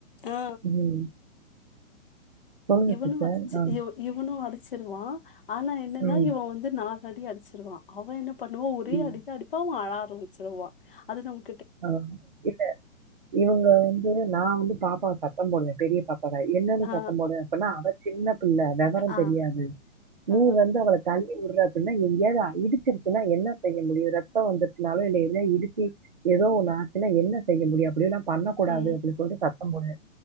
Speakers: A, on the left; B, on the right.
A: ஆ
B: ம் சொல்லுங்க
A: இவனு
B: சிஸ்டர்
A: அடுச்சு
B: ஆ
A: இவ இவனு அடுச்சுருவா ஆனா என்னன்னா
B: ம்
A: இவ வந்து நாலாடி அடுச்சு த்துருவா அவ என்னப் பண்ணுவா ஒரே
B: ம்.
A: அடிதா அடிப்பா அவ அழா ச்சுருவா அதுதாங்
B: ஆ இல்ல இவங்க நா வந்து பாப்பாவ சத்தம் போடுவ பெரிய பாப் பாவ என்னனு
A: ஆ
B: சத்தம் போடுவ அப்டின்னா அவ சின்ன பிள்ள வெவரோந்
A: ஆ
B: தெரியாது நீ
A: ஆ
B: வந்து அவள தள் விடுற அப்டின்னா எங்கேயாவது இடுச்சுருச்சுன்னா என்ன செய்ய முடியு ரத்தோ வந்துருச்சனாலு இல்ல எதுளையாவது இடுச்சு ஏதோ ஒன்னு ஆச்சுன்னா என்ன செய்ய முடியு அப்புடின்னா பண்ண கூடாது
A: ம்
B: அப்டி சொல்லி சத்தம் போடு